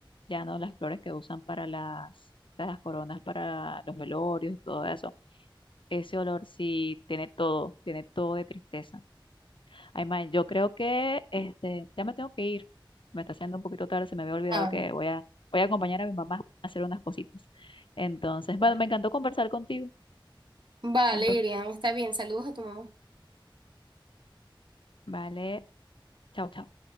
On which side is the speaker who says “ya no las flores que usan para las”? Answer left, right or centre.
Left